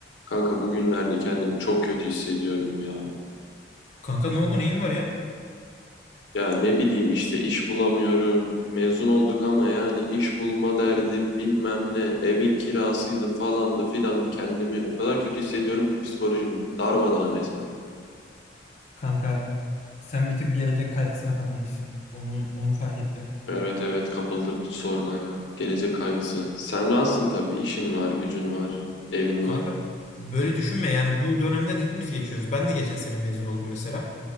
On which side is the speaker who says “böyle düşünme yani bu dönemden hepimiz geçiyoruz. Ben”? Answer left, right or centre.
Left